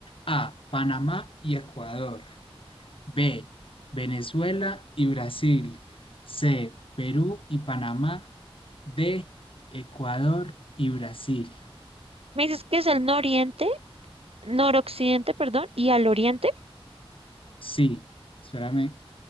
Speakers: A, on the left (about 60°); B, on the right (about 75°).
A: A, Panamá y Ecuador. B, Venezuela y Brasil. C, Perú y Panamá. D, Ecuador y Brasil.
B: Me dices que es el nororiente, noroccidente, perdón, y al oriente.
A: Sí, espérame.